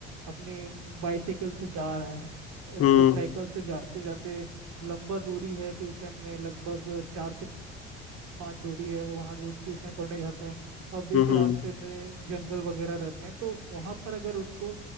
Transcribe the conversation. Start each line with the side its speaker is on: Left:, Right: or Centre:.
Right: अपने बाइसाइकिल से जा रहा है
Left: हम्म
Right: तो साइकिल से जाते जाते लंबा दूरी है ट्यूशन में लगभग चार से पाँच दूरी है वहाँ वो ट्यूशन पढ़ने जाता है और बीच
Left: हम्म
Right: रास्ते
Left: हम्म
Right: में जंगल वगैरह रहते हैं तो वहाँ पर अगर उसको